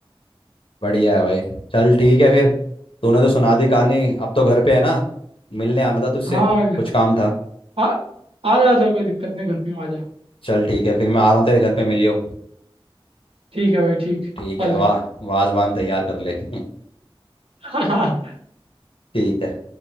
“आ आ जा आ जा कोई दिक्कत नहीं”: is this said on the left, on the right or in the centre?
Right